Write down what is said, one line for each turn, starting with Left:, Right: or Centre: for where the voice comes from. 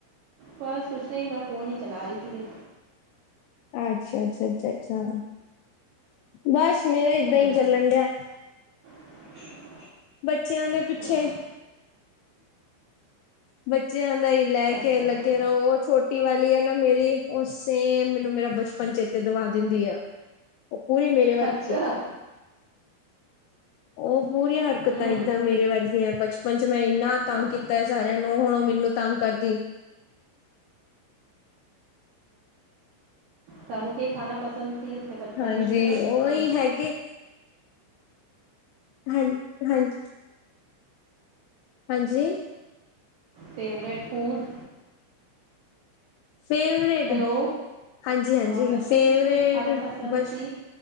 Right: ਬਸ ਕੁਛ ਨਹੀਂ ਮੈਂ ਫੋਨ ਹੀ ਚਲਾ ਰਹੀ ਸੀਗੀ
Left: ਅੱਛਾ ਅੱਛਾ ਅੱਛਾ ਅੱਛਾ ਬਸ ਮੇਰਾ ਏਦਾਂ
Right: ਹਾਂਜੀ
Left: ਹੀ ਚੱਲਣ ਡਿਆ।
Right: <unintelligible>
Left: ਬੱਚਿਆਂ ਦੇ
Right: ਅੱਛਾ
Left: ਪਿੱਛੇ ਬੱਚਿਆਂ ਦਾ ਹੀ ਲੈ
Right: ਅੱਛਾ
Left: ਕੇ ਲੱਗੇ
Right: ਅੱਛਾ
Left: ਰਹੋ ਉਹ ਛੋਟੀ ਵਾਲੀ ਹੈ ਨਾ ਮੇਰੀ ਉਹ ਸੇਮ ਮੈਨੂੰ ਮੇਰਾ ਬਚਪਨ ਪੰਚੇਤੇ ਦਵਾ ਦਿੰਦੀ ਹੈ ਉਹ ਪੂਰੀ ਮੇਰੇ ਵਰ
Right: ਅੱਛਾ
Left: ਕੀ ਹੈ ਉਹ ਪੂਰੀਆਂ ਹਰਕਤਾਂ
Right: ਹਮ
Left: ਇੱਦਾਂ ਮੇਰੇ ਵੱਲ ਦੀਆਂ ਬਚ ਮੰ ਚ ਮੈਂ ਇੰਨਾ
Right: ਅੱਛਾ
Left: ਤੰਗ ਕੀਤਾ ਸਾਰਿਆਂ ਨੂੰ ਹੁਣ ਉਹ ਮੈਨੂੰ ਤੰਗ ਕਰਦੀ
Right: ਸਾਨੂੰ ਕੀ ਖਾਣਾ ਪਸੰਦ ਸੀ ਉੱਥੇ ਬਚਪਨ
Left: ਹਾਂਜੀ
Right: ਵਿੱਚ
Left: ਉਹੀ
Right: ਕੀ
Left: ਹੈਗੇ ਹਾਂ ਹਾਂਜੀ ਹਾਂਜੀ
Right: ਫੇਵਰੇਟ ਫੂਡ
Left: ਫੇਵਰੇਟ
Right: ਹੈਲੋ
Left: ਹਾਂਜੀ-ਹਾਂਜੀ,
Right: ਹਾਂ ਬਚਪਨ
Left: ਫੇਵਰੇਟ
Right: 'ਚ ਕੀ ਖਾਣਾ ਪਸੰਦ
Left: ਬਚ
Right: ਸੀ